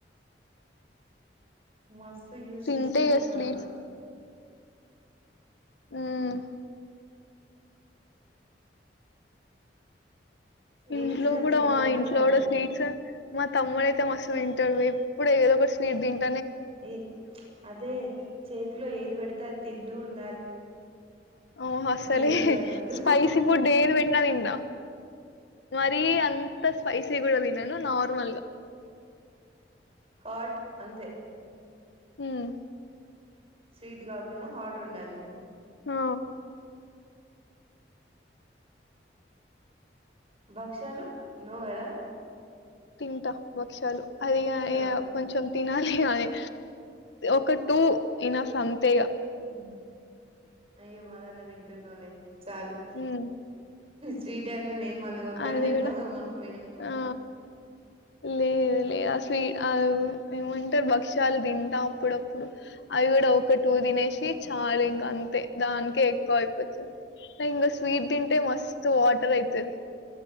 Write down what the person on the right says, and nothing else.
మస్ <unintelligible> యూస్
చేసేటట్టున్నావా
ఏది ఇస్తే అది
తినేటట్టు
ఉండాలి
<unintelligible> అదే చేతిలో ఏది పెడతే తి <unintelligible>
ఇదొద్దు అనొద్దు
హార్ట్ అంతే
స్వీట్ కాకుండా హాట్ ఉండాలి
భక్షాలు నో గదా
తింటావా
అ అయ్య <unintelligible> తింటునవ్లే చాలు
స్వీట్యి <unintelligible> మళ్ళీ వద్దానంటా
ఏమనుకు అనుకున్నా